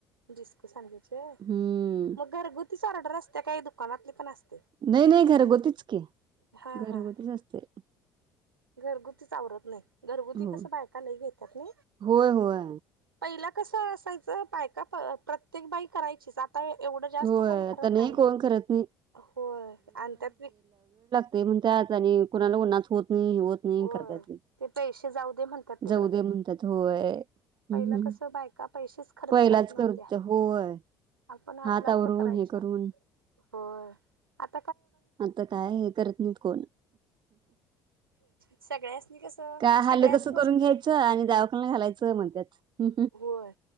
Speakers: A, on the right (about 85°); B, on the right (about 40°).
A: जिस्कू सांगायचे
B: हम्म
A: मग घरगुतीच ऑर्डर असते त्या काही दुकानातली पण असत
B: नाही नाही घरगुतीच की.
A: हा
B: घरगुतीच
A: हा
B: असते.
A: घरगुतीच आवरत नाही. घरगुती
B: हो.
A: कस बायका लई घेतात ना
B: होय होय
A: पहिला कसं असायचं बायका प प्रत्येक बाई करायचीच आता एवढं जास्त
B: होय
A: कोण
B: आता
A: करत नाही.
B: कोण करत नाही.
A: होय आणि त्यातबी
B: ते म्हणत्यात आणि कुणाला ऊन्हात होत नाही. नाही होत नाही
A: होय
B: करता येत नाही.
A: ते पैसे जाऊ दे म्हणतात तिकडं.
B: जाऊद्या म्हणतात होय. हम्म
A: पहिला
B: हम्म.
A: कस बायका पैसेच खर्च
B: पहिलाच
A: करत नव्हत्या.
B: होय
A: आपण आपलं
B: हात
A: आपलं
B: आवरून
A: करायच्या.
B: हे करून
A: होय आत
B: आता काय हे करत नाहीत कोण
A: सगळ्यासनी कसं
B: का हालं
A: सगळ्याच
B: कस
A: गोष्टीत
B: करून घ्यायचं आणि दवाखान्यात घालायचं म्हणत्यात. हुं
A: होय.